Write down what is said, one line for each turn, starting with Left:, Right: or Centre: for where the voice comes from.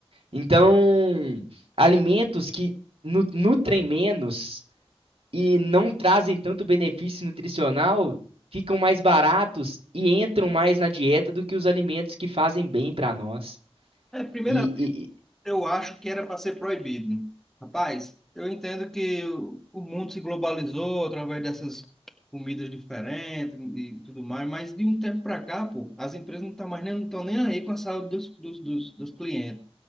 Right: Então, alimentos que nu- nutrem menos e não trazem tanto benefício nutricional, ficam mais baratos e entram mais na dieta do que os alimentos que fazem bem para nós.
Centre: É, primeiramente,
Right: E, e- e-
Centre: eu acho que era para ser proibido. Rapaz, eu entendo que o o mundo se globalizou através dessas comidas diferentes e tudo mais, mas de um tempo para cá, pô, as empresas não estão mais nem, não estão nem aí com a saúde dos, dos, dos, dos clientes.